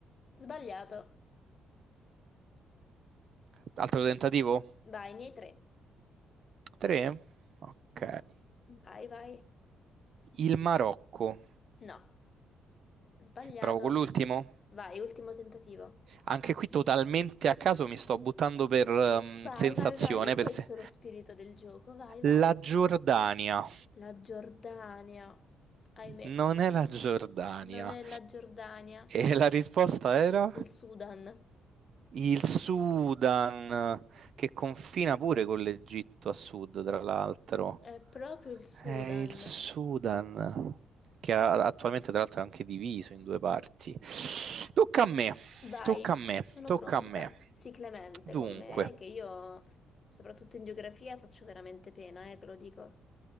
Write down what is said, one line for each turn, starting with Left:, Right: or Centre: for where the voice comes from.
Left: Sbagliato.
Right: Altro tentativo?
Left: Vai, nei tre.
Right: Tre? Ok.
Left: Vai, vai.
Right: Il Marocco.
Left: No, sbagliato.
Right: Provo con l'ultimo.
Left: Vai, ultimo tentativo.
Right: Anche qui totalmente a caso mi sto buttando per ehm,
Left: Vai,
Right: sensazione.
Left: vai, vai, ma è questo
Right: Per se-
Left: lo spirito del gioco, vai, vai.
Right: La Giordania.
Left: La Giordania, ahimè,
Right: Non è la Giordania.
Left: non è la Giordania,
Right: E la risposta era?
Left: il Sudan.
Right: Il Sudan, che confina pure con l'Egitto a sud, tra l'altro.
Left: È proprio il Sudan.
Right: È il Sudan, che ha- attualmente tra l'altro è anche diviso in due parti. Tocca a me,
Left: Vai,
Right: tocca a me,
Left: sono
Right: tocca
Left: pronta.
Right: a me.
Left: Sii clemente
Right: Dunque,
Left: con me, eh, che io, soprattutto in geografia, faccio veramente pena, eh, te lo dico.